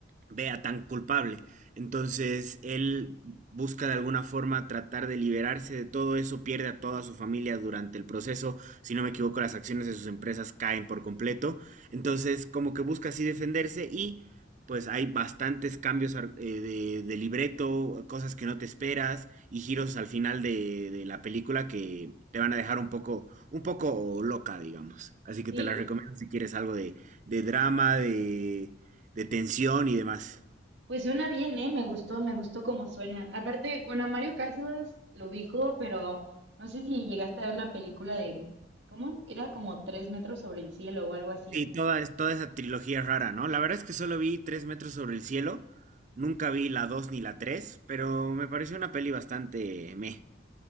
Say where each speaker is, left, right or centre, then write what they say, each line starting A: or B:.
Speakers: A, on the right (about 40°); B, on the right (about 70°).
A: vea tan culpable. Entonces, él busca de alguna forma tratar de liberarse de todo eso, pierde a toda su familia durante el proceso, si no me equivoco, las acciones de sus empresas caen por completo. Entonces, como que busca así defenderse y pues hay bastantes cambios ar- eh, de, de libreto, cosas que no te esperas y giros al final de, de la película que te van a dejar un poco un poco loca, digamos. Así que
B: ¿Sí?
A: te la recomiendo si quieres algo de, de drama, de, de tensión y demás.
B: Pues suena bien, ¿eh? Me gustó, me gustó cómo suena. Aparte, bueno, a Mario Casas lo ubico, pero no sé si llegaste a ver la película de, ¿cómo? Era como tres metros sobre el cielo o algo así.
A: Sí, toda, es- toda esa trilogía rara, ¿no? La verdad es que solo vi Tres metros sobre el cielo. Nunca vi la 2 ni la tres pero me pareció una peli bastante meh.